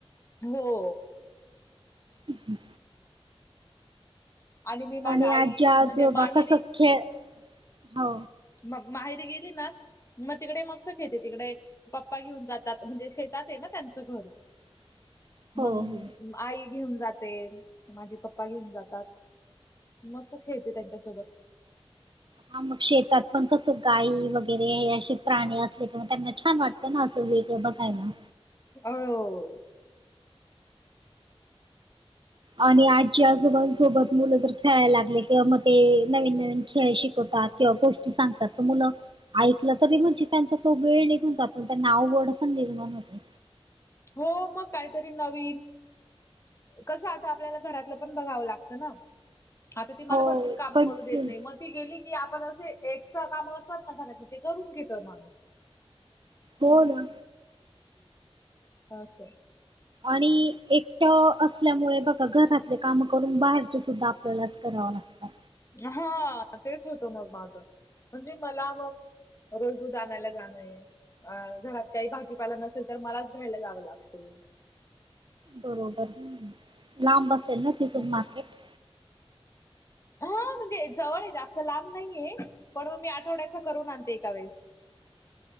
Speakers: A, on the left; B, on the right.
A: हो.
B: हम्म.
A: मी माझ्या
B: आणि
A: आई
B: आजी आजोंबा
A: म्हणजे माहेरी
B: कस खेळ हो
A: मग माहेरी गेली ना मग तिकडे मस्त घेते तिकडे पप्पा घेऊन जातात म्हणजे शेतात आहे ना त्यांचं घर
B: <inaudible>
A: मग
B: हो.
A: आई घेऊन जाते ते माझे पप्पा घेऊन जातात मस्त खेळते त्यांच्यासोबत
B: हा मग शेतात पण कस गाई वगैरे हे असे प्राणी असले कि मग त्यांना छान वाट ना असं वेगं बघय ना
A: हो
B: आणि आजी आजोबांसोबत मुलं जर खेळायला लागले किंवा मग ते नवीन नवीन खेळ शिकवतात किंवा गोष्टी सांगतात मुलं ऐकलं तरी म्हणजे त्यांचा तो वेळ निघून जातो नावड पण निर्माण होते
A: हो मग काहीतरी नवीन कसं आता आपल्याला घरातलं पण बघावं लागतं ना आता ती मला
B: हो
A: भरपूर कामं
B: कंटिन्यू
A: करू देत नाही मग, गेली की आपण असे एक्स्ट्रा काम असतात ना घरात ते करून घेत माणूस
B: हो ना,
A: हा सर
B: आणि एकट्या असल्यामुळे बघा घरातले काम करून बाहेरच सुद्धा आपल्यालाच करावं लागतात
A: हा तेच होतं मग माझं म्हणजे मला मग रोज दूध आणायला जाणंय अ घरात काही भाजीपाला नसेल तर मलाच घ्यायला जावं लागतो
B: बरोबर ह लांब अससेेल ना तिथून
A: असं.
B: मार्केट
A: हा म्हणजे जवळ आहे जास्त लांब नाहीये पण मग मी आठवड्याचा करून आणते एका वेळेस